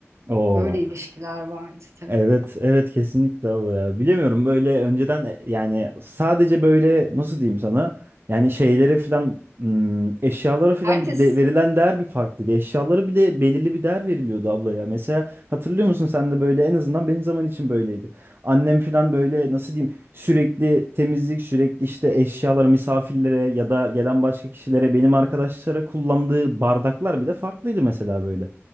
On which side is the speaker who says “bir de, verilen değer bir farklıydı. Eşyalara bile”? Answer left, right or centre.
Right